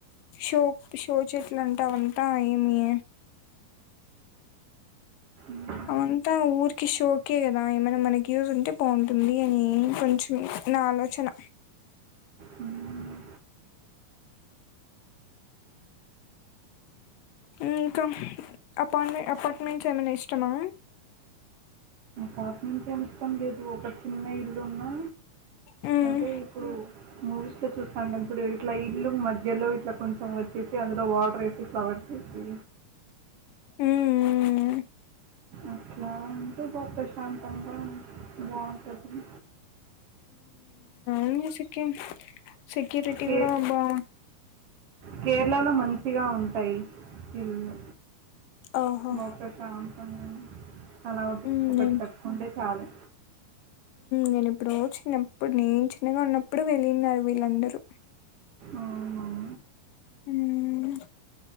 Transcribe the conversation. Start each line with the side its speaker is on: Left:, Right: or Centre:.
Left: షో షో చెట్లు అంటా అవంతా ఏమి
Right: మ్మ్.
Left: అవంతా ఊరికి షోకే కదా ఏమైనా మనకి యూస్ ఉంటే బావుంటుంది అని కొంచెం నా ఆలోచన
Right: హ్మ్.
Left: ఊ ఇంకా అపాట్మె అపార్ట్మెంట్స్ ఏమైనా ఇష్టమా
Right: పాట్మెంట్స్ ఏం ఇష్టం లేదు ఒక చిన్న ఇల్లున్నా
Left: మ్మ్
Right: అంటే ఇప్పుడు మూవీస్ లో చూస్తా ఉంటాం ఇప్పుడు ఇట్లా ఇల్లు మధ్యలో ఇట్లా కొంచెం వచ్చేసి అందులో వాటర్ వేసి ఫ్లవర్స్ ఏసి
Left: ఊ ఊ
Right: అట్లా అంటే బా ప్రశాంతంగా బాగుంటుంది
Left: అమ్మో సెక్యూర్ సెక్యూరిటీ
Right: కే
Left: కూడా ఉందా
Right: కేరళలో మంచిగా ఉంటాయి ఇల్లు
Left: ఓహో
Right: బా ప్రశాంతం గా అలా ఒక
Left: మ్మ్
Right: ఒకటి కట్టుకుంటే చాలుే
Left: నేనేప్పుడో చిన్నప్పుడు నేను చిన్నగా ఉన్నప్పుడు వెళ్ళిన్నారు వీళ్ళందరూ
Right: ఆవునా
Left: మ్